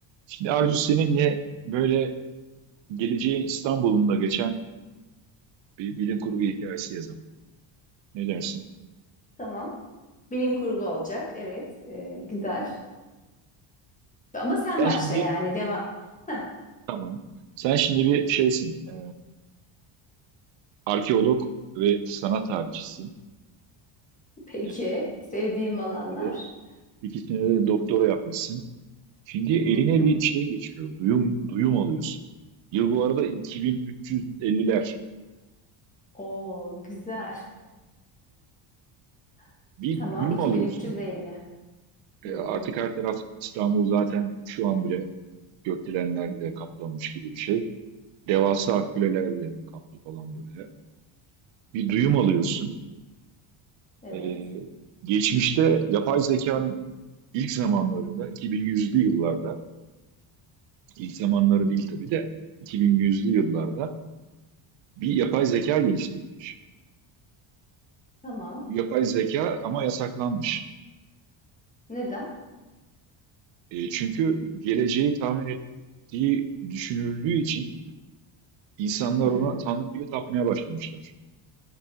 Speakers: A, on the right; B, on the left.
A: Şimdi Arzu seninle böyle geleceğin İstanbul'unda geçen bir bilim kurgu hikayesi yazalım. Ne dersin?
B: Tamam. Bilim kurgu olacak. Evet. e, güzel. Ama sen
A: Sen
B: başla
A: şimdi
B: yani. Devam. Heh,
A: tamam. Sen şimdi bir şeysin. e, arkeolog ve sanat tarihçisin.
B: peki.
A: E,
B: Sevdiğim alanlar.
A: bir de ikisine de doktora yapmışsın. Şimdi eline
B: Hı hı.
A: bir şey geçiyor. Duyum duyum alıyorsun. Yıl bu arada 2350'ler.
B: Oo, güzel. <laughs>
A: Bir
B: Tamam.
A: duyum
B: 2350.
A: alıyorsun. E,
B: Hı
A: artık
B: hı.
A: her taraf İstanbul zaten şu an bile gökdelenlerle kaplanmış gibi bir şey. Devasa kulelerle kaplı falan böyle. Bir duyum alıyorsun.
B: Evet.
A: Ee, geçmişte yapay zekanın ilk zamanlarında, 2100'lü yıllarda, ilk zamanları değil tabii de 2100'lü yıllarda bir yapay zeka geliştirilmiş.
B: Tamam.
A: Bu yapay zeka ama yasaklanmış.
B: Neden?
A: E, çünkü geleceği tahmin ettiği düşünüldüğü için insanlar
B: Hmm.
A: ona tanrı gibi tapmaya başlamışlar.